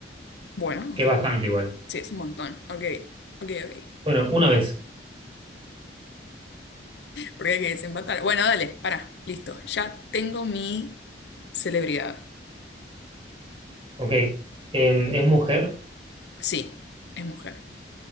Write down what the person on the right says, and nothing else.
Que
es bastante igual.
Bueno, una vez.
Ok. Em, es mujer.